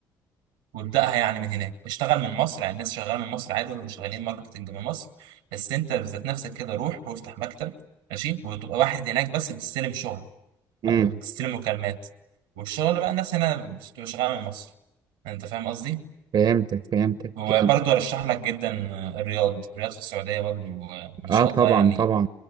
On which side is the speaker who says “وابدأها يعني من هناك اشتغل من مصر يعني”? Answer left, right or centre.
Right